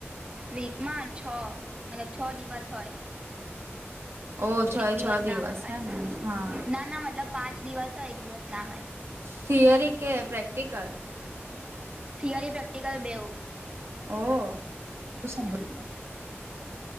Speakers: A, on the right; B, on the right.
A: વીકમાં છ અને છ દિવસ હોય.
B: ઓ છ
A: એક
B: એ
A: દિવસ
B: છ
A: ના હોય ખાલી,
B: હે ને હા
A: ના-ના મતલબ પાંચ દિવસ હોય, એક દિવસ ના હોય.
B: થિયરી કે પ્રેક્ટિકલ?
A: થિયરી પ્રેક્ટિકલ બેવ
B: ઓહ.. ગુસ્સા
A: હમ
B: માં